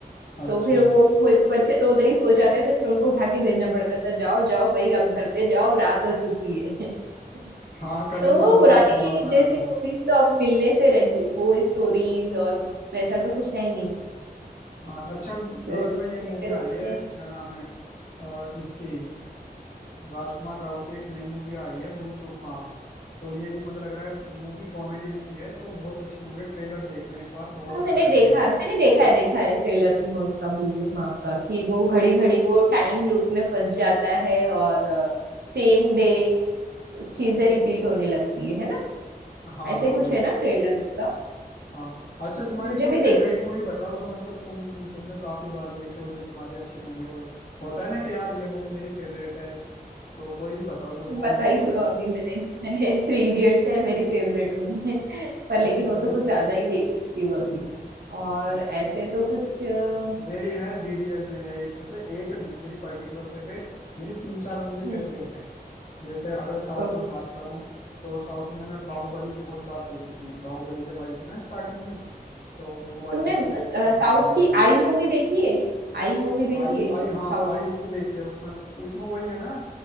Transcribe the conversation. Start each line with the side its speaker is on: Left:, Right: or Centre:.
Left: अच्छा
Right: तो फिर वो कोई कोई बच्चे तो उधर ही सो जाते थे फिर उनको उठा के भेजना पड़ता था जाओ जाओ भाई अब घर पे जाओ अब रात हो चुकी है
Left: हाँ
Right: <laughs>
Left: कभी
Right: तो
Left: स्कूल
Right: वो पुरानी
Left: में सुबह को ना
Right: जैसी
Left: जा पाऊँ
Right: मूवीज तो अब मिलने से रही वो स्टोरीज और वैसा तो कुछ है नहीं
Left: हाँ, अच्छा
Right: तो
Left: एक
Right: अब
Left: ना ये
Right: लेटेस्ट
Left: मूवी आ रही है
Right: में
Left: क्या नाम है अ, इसकी राजकुमार राव की एक नई मूवी आ रही है भूल चूक माफ तो ये भी मुझे लग रहा है मूवी कॉमेडी मूवी है तो बहुत अच्छी मूवी है ट्रेलर देखना एक बार बहुत
Right: हाँ
Left: अच्छा
Right: मैंने
Left: लगेगा
Right: देखा है मैंने देखा
Left: उस
Right: है देखा है ट्रेलर में उसका भूल चूक माफ का कि वो घड़ी घड़ी वो टाइम लूप में फंस जाता है और सेम डे चीजें रिपीट होने लगती है है ना
Left: हाँ
Right: ऐसे
Left: हाँ
Right: ही कुछ
Left: वही
Right: है ना ट्रेलर उसका
Left: हाँ अच्छा तुम्हारी
Right: मुझे
Left: कोई
Right: भी देखना
Left: फेवरेट
Right: है
Left: मूवी बताओ जो मतलब तुम तुमने काफी बार देखी हो जो तुम्हारी अच्छी मूवी हो होता है ना कि यार ये मूवी मेरी फेवरेट है तो कोई भी बताओ जो
Right: तुम
Left: बॉलीवुड
Right: बताई
Left: हो या
Right: तो अभी मैंने मैंने थ्री इडियट्स है मेरी फेवरेट में <laughs> पर लेकिन
Left: अच्छा
Right: वो
Left: थ्री
Right: तो कुछ ज्यादा ही देख चुकी हूँ अभी और
Left: अच्छा
Right: ऐसे तो कुछ अ,
Left: मेरी है डीडीएलजे है एक मतलब एक नहीं है मेरी पर्टिकुलर फेवरेट मेरी तीन चार मूवी
Right: हम्म
Left: फेवरेट है जैसे अगर साउथ
Right: ओके
Left: में बात करूं तो साउथ में मैंने बाहुबली बहुत बार देखी थी बाहुबली जब आई थी ना स्टार्टिंग में तो वो वाली
Right: तुमने
Left: मूवी मैंने काफी
Right: साउथ
Left: बार देखी
Right: की आई
Left: है
Right: मूवी देखी है आई मूवी देखी
Left: आई
Right: है क्या
Left: आई हाँ आई मूवी देखी है उसमें उसमें वही है ना